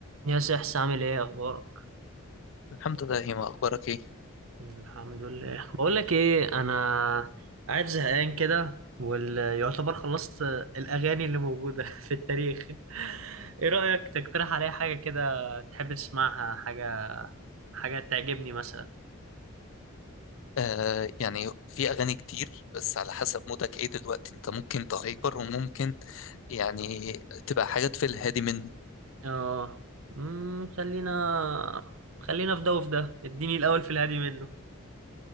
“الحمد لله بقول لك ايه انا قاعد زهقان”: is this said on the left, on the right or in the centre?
Right